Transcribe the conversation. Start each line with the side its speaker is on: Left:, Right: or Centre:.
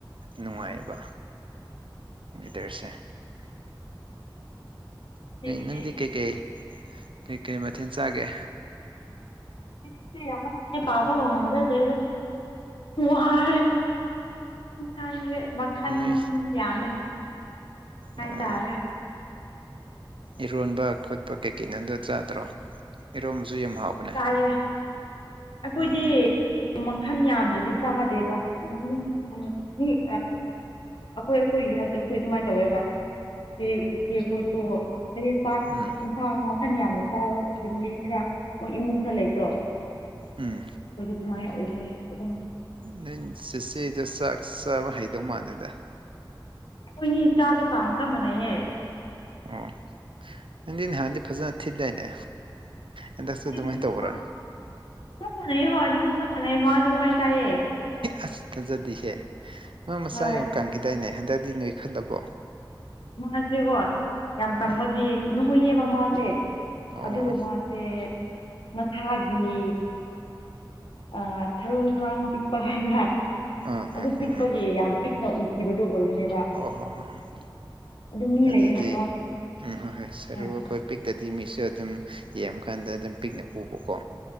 Right: ꯅꯨꯡꯉꯥꯏꯕ ꯋꯦꯗꯔꯁꯦ
Left: ꯁꯤꯒꯤ
Right: ꯅꯪꯗꯤ ꯀꯩꯀꯩ ꯀꯩꯀꯩ ꯃꯊꯦꯜ ꯆꯥꯒꯦ
Left: ꯃꯦꯁꯦꯖꯁꯦ ꯌꯥꯝꯃꯟꯗꯅ ꯄꯥꯕꯕꯨ ꯉꯝꯖꯗꯔꯦꯗ ꯋꯥꯔꯦ ꯏꯟꯁꯥꯡꯁꯦ ꯃꯈꯜ
Right: ꯅꯣꯏ
Left: ꯌꯥꯝꯃꯦ ꯍꯥꯏꯇꯥꯔꯦ
Right: ꯑꯣ ꯏꯔꯣꯟꯕ ꯈꯣꯠꯄ ꯀꯩꯀꯩ ꯑꯗꯨ ꯆꯥꯗ꯭ꯔꯣ ꯏꯔꯣꯟꯕꯁꯨ ꯌꯥꯝ ꯍꯥꯎꯕꯅꯦ
Left: ꯆꯥꯏꯌꯦ ꯑꯩꯈꯣꯏꯗꯤ
Right: ꯑꯥ
Left: ꯃꯈꯜ ꯌꯥꯝꯗ꯭ꯔꯗꯤ ꯆꯥꯗꯦꯕ ꯑꯝ ꯑꯩꯈꯣꯏ ꯑꯩꯈꯣꯏꯒꯤ ꯍꯥꯏꯕꯗꯣ ꯑꯩꯈꯣꯏ ꯑꯗꯨꯃꯥꯏꯅ ꯇꯧꯋꯦꯕ ꯏꯆꯦ ꯏꯆꯦꯈꯣꯏꯁꯨ ꯍꯥꯏꯗꯤ ꯆꯥꯛ
Right: ꯎꯝ
Left: ꯌꯦꯟꯁꯥꯡ ꯃꯈꯟ ꯌꯥꯝꯅ ꯆꯥꯕ ꯐꯦꯃꯤꯂꯤ ꯈꯔ ꯃꯣꯏ ꯏꯃꯨꯡ ꯈꯔ ꯂꯩꯇ꯭ꯔꯣ
Right: ꯎꯝ
Left: ꯑꯩꯈꯣꯏꯁꯨ ꯑꯗꯨꯃꯥꯏꯅ ꯑꯣꯏꯌꯦ ꯑꯗꯨꯝ
Right: ꯅꯪ ꯆꯦꯆꯦꯗꯨ ꯆꯥꯛ ꯆꯥꯕ ꯍꯩꯗꯧ ꯃꯥꯟꯗꯦꯗ
Left: ꯑꯩꯈꯣꯏꯅꯤ ꯆꯥꯕ ꯆꯥꯡ ꯆꯞ ꯃꯥꯟꯅꯩꯌꯦ
Right: ꯑꯣ ꯅꯪꯗꯤ ꯅꯍꯥꯟꯗꯤ ꯐꯖꯅ ꯊꯤꯗꯥꯏꯅꯦ ꯍꯟꯗꯛꯁꯨ
Left: ꯑꯩ
Right: ꯑꯗꯨꯃꯥꯏꯅ
Left: ꯑꯗꯨꯝ
Right: ꯇꯧꯕ꯭ꯔꯥ
Left: ꯃꯥ ꯆꯞ ꯃꯥꯟꯅꯩ ꯍꯣꯏ ꯑꯗꯨꯝ ꯆꯞ ꯃꯥꯟꯅꯩ ꯃꯥꯁꯨ ꯑꯗꯨꯃꯥꯏꯅ ꯆꯥꯏꯌꯦ
Right: ꯑꯁ ꯊꯥꯖꯗꯤꯍꯦ ꯃꯥ ꯃꯆꯥ
Left: ꯍꯣꯏ
Right: ꯌꯥꯝ ꯀꯪꯈꯤꯗꯥꯏꯅꯦ ꯍꯟꯗꯛꯇꯤ ꯅꯣꯏꯈꯜꯂꯕꯣ
Left: ꯃꯥꯁꯦꯒꯣ ꯌꯥꯝ ꯀꯪꯕꯗꯤ
Right: ꯎꯝ
Left: ꯅꯣꯢꯌꯦꯕ ꯃꯥꯁꯦ
Right: ꯑꯣ
Left: ꯑꯗꯨꯒ ꯃꯥꯁꯦ ꯃꯁꯥꯒꯤ ꯑ ꯁꯔꯨ ꯁꯔꯥꯡ ꯄꯤꯛꯄ ꯍꯥꯏꯕ꯭ꯔꯥ
Right: ꯑꯥ
Left: ꯑꯗꯨ
Right: ꯑꯥ ꯍ
Left: ꯄꯤꯛꯄꯒꯤ
Right: ꯍ
Left: ꯌꯥꯝ ꯄꯤꯛꯅ ꯎꯈꯤꯕꯗꯨ ꯑꯣꯏꯕꯅꯦꯕ
Right: ꯑꯣ ꯍꯣ ꯍꯣꯏ ꯍꯣꯏ
Left: ꯑꯗꯨ ꯃꯤ
Right: ꯑꯗꯨꯗꯤ
Left: ꯂꯩꯌꯦꯅꯀꯣ
Right: ꯎꯝ ꯍꯣꯏ ꯍꯣꯏ ꯁꯔꯨ
Left: ꯑꯥ
Right: ꯑꯩꯈꯣꯏ ꯄꯤꯛꯇꯗꯤ ꯃꯤꯁꯨ ꯑꯗꯨꯝ ꯌꯦꯡꯕꯀꯥꯟꯗ ꯑꯗꯨꯝ ꯄꯤꯛꯅ ꯎꯕꯀꯣ